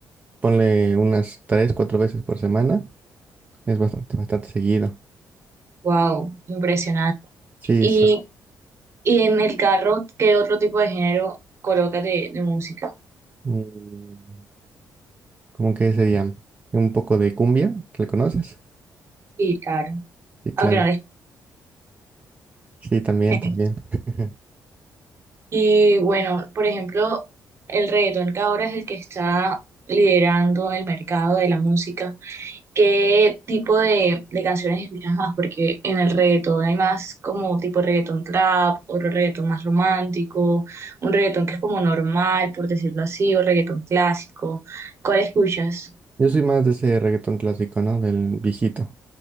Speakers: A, on the right; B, on the right.
A: ponle unas tres, cuatro veces por semana, es bastante, bastante seguido.
B: Wow, impresionante.
A: Sí,
B: Y,
A: son-
B: y en el carro, ¿qué otro tipo de género colocas de, de música?
A: Mm, ¿Cómo que sería? Un poco de cumbia, ¿la conoces?
B: Sí, claro.
A: Sí, claro.
B: Aunque no les...
A: Sí, también,
B: <laughs>
A: también. <laughs>
B: Y bueno, por ejemplo, el reggaetón que ahora es el que está liderando el mercado de la música, ¿qué tipo de, de canciones escuchas más? Porque en el reggaetón hay más como tipo reggaetón trap, otro reggaetón más romántico, un reggaetón que es como normal, por decirlo así, o reggaetón clásico. ¿Cuál escuchas?
A: Yo soy más de ese reggaetón clásico, ¿no? Del viejito.